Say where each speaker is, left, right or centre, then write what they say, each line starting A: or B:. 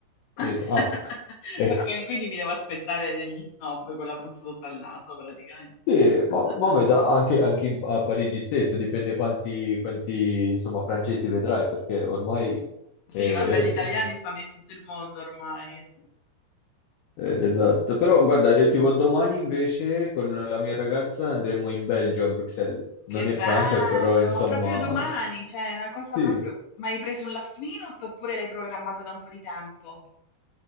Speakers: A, on the left; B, on the left.
A: <laughs>
B: Ho detto, ah, ecco.
A: Ok, quindi mi devo aspettare degli snob con la puzza sotto al naso praticamente.
B: Sì,
A: <laughs>
B: ma, ma me da- anche, anche in- a Parigi stesso dipende quanti, quanti, insomma, francesi vedrai, perché ormai...
A: Sì,
B: eh,
A: vabbè, gli italiani
B: <laughs>
A: stanno in tutto il mondo ormai.
B: eh, esatto, però guarda, eh, tipo domani invece con la mia ragazza andremo in Belgio, a Bruxelles. Non
A: Che
B: è
A: bello,
B: Francia, però insomma...
A: ma proprio domani, cioè, è una cosa
B: Sì,
A: proprio... Ma hai preso un last minute oppure l'hai programmato da un po' di tempo?